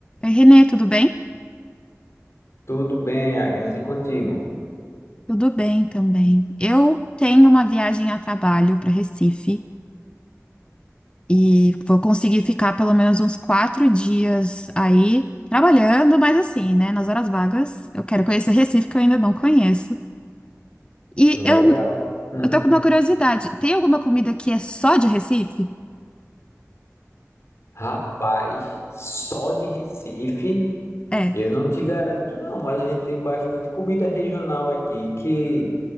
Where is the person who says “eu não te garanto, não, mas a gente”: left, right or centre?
Left